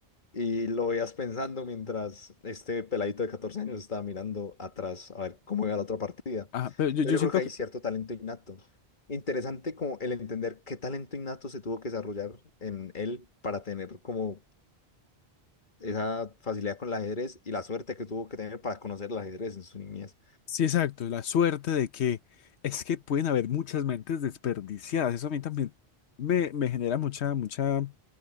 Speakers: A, on the left; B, on the left.
A: Y lo veías pensando mientras este peladito de 14 años estaba mirando atrás a ver cómo iba la otra partida.
B: Ajá, pero yo,
A: Entonces
B: yo
A: yo
B: siento
A: creo que hay
B: que
A: cierto talento innato. Interesante como el entender qué talento innato se tuvo que desarrollar en él para tener como esa facilidad con el ajedrez y la suerte que tuvo que tener para conocer el ajedrez en su niñez.
B: Sí, exacto, la suerte de que es que pueden haber muchas mentes desperdiciadas. Eso a mí también me, me genera mucha, mucha,